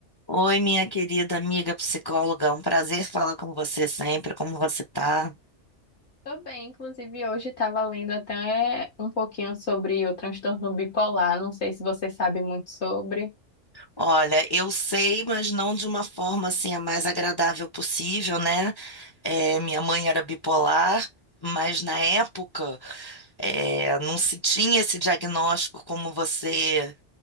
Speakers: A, on the left; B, on the left.
A: Oi, minha querida amiga psicóloga, um prazer falar com você sempre. Como você tá?
B: Tô bem, inclusive hoje estava lendo até um pouquinho sobre o transtorno bipolar, não sei se você sabe muito sobre.
A: Olha, eu sei, mas não de uma forma assim a mais agradável possível, né? É, minha mãe era bipolar, mas na época é, não se tinha esse diagnóstico como você